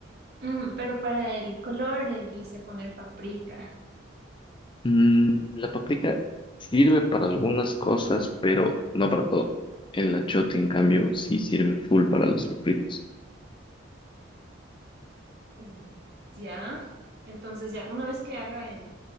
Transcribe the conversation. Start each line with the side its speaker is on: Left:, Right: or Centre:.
Right: Mm, pero para el color eh, le sé poner paprika.
Left: Mm, la paprika sirve para algunas cosas, pero no para todo. El achiote, en cambio, sí sirve full para los refritos.
Right: Mm, Ya. Entonces ya, una vez que haga el,